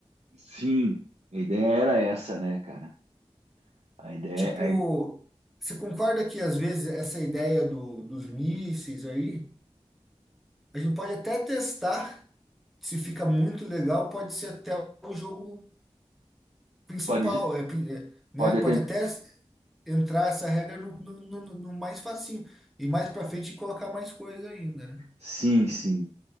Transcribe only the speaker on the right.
Sim, a ideia era essa, né, cara? A ideia,
aí
pode,
pode
até.
Sim, sim.